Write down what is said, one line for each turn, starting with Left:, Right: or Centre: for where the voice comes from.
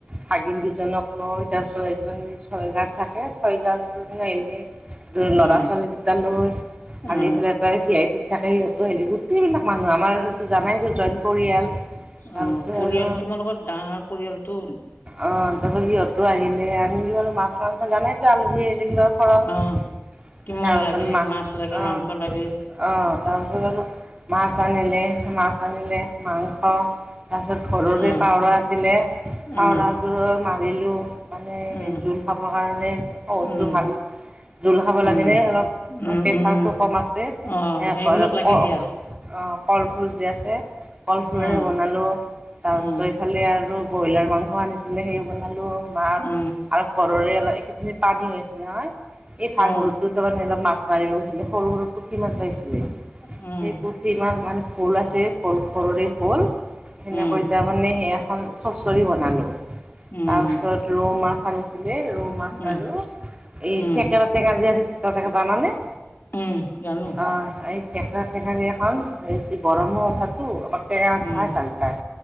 Right: ভাগিন দুজনক লৈ, তাৰপিছত এজনী ছয়গাঁওত থাকে, ছয়গাঁওত আহিলে ত ল'ৰা
Left: অ
Right: ছোৱালী দুটালৈ আৰু
Left: অ
Right: এইফালে তাই - ভি আই পিত থাকে, সিহঁতো আহিলি, গোটেইবিলাক মানুহ আমাৰ এইটো জানাই যে জইন্ট পৰিয়াল। তাৰপিছত
Left: উম, পৰিয়াল
Right: আৰু
Left: তোমালোকৰ ডাঙৰ পৰিয়ালটো।
Right: অ' তাৰপাছত সিহঁতো আহিলে, আনিলোঁ আৰু মাছ মাংস জানাইটো আলহী আহিলে কিবা - খৰচ,
Left: অ কিমল
Right: তাৰপাছত
Left: লাগে
Right: মাহ
Left: মাছ লাগে
Right: অ'
Left: মাংস লাগে
Right: - অ তাৰপিছত আৰু মাছ আনিলে মাছ আনিলে মাংস তাৰপিছত ঘৰৰে
Left: অ
Right: পাওৰা আছিলে, পাওৰাযোৰো
Left: অ
Right: মাৰিলোঁ - মানে
Left: অ
Right: সেই জোল খাবৰ কাৰণে সৰুটো
Left: উম
Right: ভাল - জোল খাব
Left: উম
Right: লাগেনে অলপ
Left: উম
Right: প্ৰেচাৰটো
Left: উম
Right: কম আছে
Left: অ
Right: হে
Left: এইবিলাক
Right: ক
Left: লাগে
Right: ক
Left: দিয়া
Right: অ কলফুল যে আছে কলফুলেৰে
Left: অ
Right: বনালো তাৰপিছত
Left: অ
Right: এইফালে আৰু - ব্ৰইলাৰ মাংস আনিছিলে, সেই বনালোঁ। মাছ
Left: অ
Right: আৰু ঘৰৰে অলপ এইকেইদিন পানী হৈছিল নহয় এই ভাহৰুটোত
Left: অ
Right: - তাৰমানে অলপ মাছ মাৰিব গৈছিলে, সৰু, সৰু পুঠি মাছ পাইছিলে।
Left: উম
Right: সেই পুঠি মাছ মানে ভোল আছে, ভোল ঘৰৰে - ভোল, সেনেকৈ
Left: উম
Right: তাৰমানে হেই এখন চৰ্ছৰি বনালোঁ।
Left: উম
Right: তাৰ পিছত ৰৌ মাছ আনিছিলে ৰৌ - মাছ
Left: উম
Right: আৰু এই
Left: উম
Right: থেকেৰা টেঙা যে আছে থেকেৰা টেঙা জানানে?
Left: উম জানো
Right: অ এই থেকেৰা টেঙা দি এখন গৰমৰ কথাতো টেঙা
Left: উম
Right: ভাল - ভাল পায়,